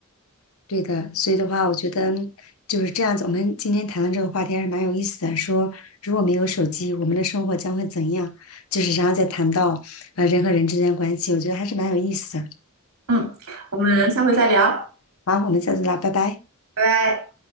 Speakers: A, on the left (about 70°); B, on the right (about 80°).
A: 对的，所以的话，我觉得就是这样子。我们今天谈论这个话题还是蛮有意思的，说如果没有手机，我们的生活将会怎样？就是然后再谈到呃人和人之间的关系，我觉得还是蛮有意思的。
B: 嗯，我们下回再聊，
A: 好，我们下次聊，拜拜。
B: 拜拜。